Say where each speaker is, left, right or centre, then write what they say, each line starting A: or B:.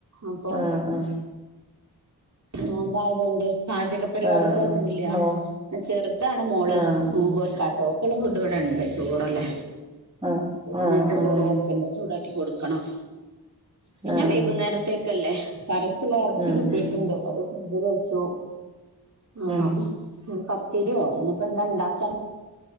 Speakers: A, on the right; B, on the right.
A: അപ്പൊ
B: ആഹ് ആഹ്
A: നോമ്പായതൊണ്ട് പാചക പരിപാടികളൊന്നുമില്ല
B: ആഹ് ആഹ് നോ
A: പിന്ന ചെറുതാണ് മോള്
B: ആഹ്
A: <unintelligible>
B: ആഹ്
A: ക്കാട്ടോ നമക്കുള്ള ഫുഡ് ഇവിടെ ഉണ്ട് ചോറല്ലേ
B: ആഹ് ആഹ്
A: ഇന്നത്തെ
B: ആഹ്
A: ചോറ് കുറച്ചുണ്ട് അത് ചൂടാ ക്കി കൊടുക്കണം പിന്നെ
B: ആഹ്
A: വൈകുന്നേരത്തെക്കല്ലേ കറിക്കുള്ള ഇറച്ചി
B: ഉം
A: കി
B: ഉം
A: <unintelligible> അത് ഫ്രിഡ്ജിൽ വെച്ചു ആഹ്
B: ഉം
A: <unintelligible> ത്തിരിയൊ ഇന്നിപ്പോ എന്താ ഇണ്ടാക്കാൻ